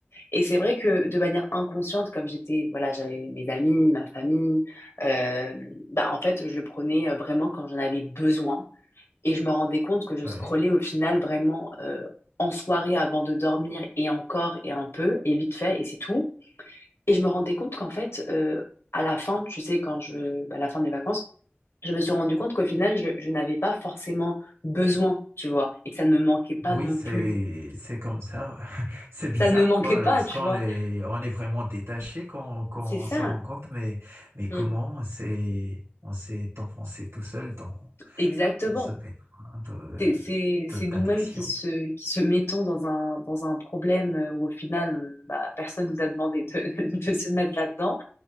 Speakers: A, on the left (about 75°); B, on the right (about 80°).
A: Et c'est vrai que de manière inconsciente, comme j'étais, voilà, j'avais mes amis, ma famille, euh, bah, en fait, je le prenais euh, vraiment quand j'en avais besoin. Et je me rendais compte que je
B: Oui.
A: scrollais au final vraiment euh, en soirée avant de dormir et encore et un peu et vite fait et c'est tout. Et je me rendais compte qu'en fait, euh, à la fin, tu sais, quand je, bah, à la fin des vacances, je me suis rendu compte qu'au final, je, je n'avais pas forcément besoin, tu vois, et que ça ne me manquait pas
B: Oui,
A: non
B: c'est
A: plus.
B: c'est comme ça. <laughs> C'est bizarre,
A: Ça ne me manquait
B: pas
A: pas,
B: lorsqu'on
A: tu vois.
B: est on est vraiment détaché qu'on qu'on
A: C'est ça.
B: se rend compte, mais mais comment
A: Mm.
B: on s'est on s'est enfoncé tout seul dans
A: Exactement.
B: dans ce pétrin de
A: C'est, c'est,
B: de-
A: c'est nous-mêmes
B: d'addiction.
A: qui se, qui se mettons dans un, dans un problème euh, où au final, euh, bah, personne nous a demandé de, <laughs> de se mettre là-dedans